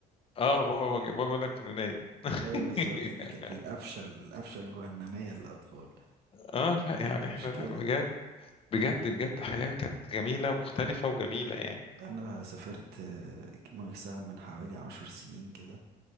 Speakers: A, on the left; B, on the right.
A: اه بابا بابا بيقول لك انه نايم <laughs>
B: ايوه بالظبط دي كانت القفشه القفشه الجهنميه للاطفال
A: اه لا
B: كانت
A: يعني
B: مشكله
A: احنا لا بجد بجد بجد حياة كانت جميلة مختلفة وجميلة يعني
B: انا سافرت آه، مثلا من حوالي عشر سنين كده